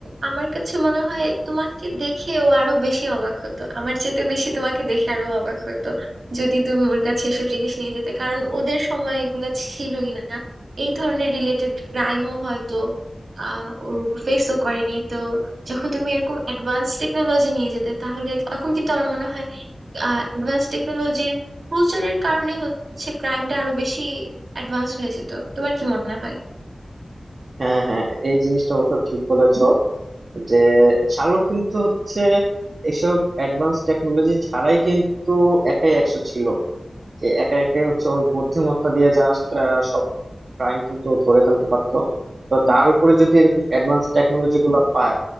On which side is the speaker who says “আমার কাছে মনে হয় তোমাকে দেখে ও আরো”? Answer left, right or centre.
Right